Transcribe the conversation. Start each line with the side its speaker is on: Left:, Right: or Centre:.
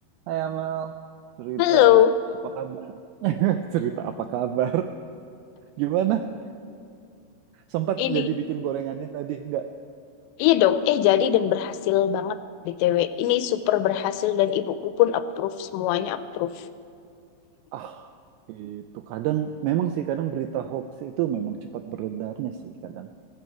Right: Hai Amal, cerita
Left: Halo,
Right: apa kabar? <laughs> Cerita apa kabar? Gimana? Sempat
Left: ini
Right: jadi bikin gorengannya tadi? Enggak.
Left: iya dong. Eh jadi dan berhasil banget BTW. Ini super berhasil dan ibuku pun approve semuanya approve.
Right: Ah, itu kadang memang sih kadang berita hoax itu memang cepat beredarnya sih kadang.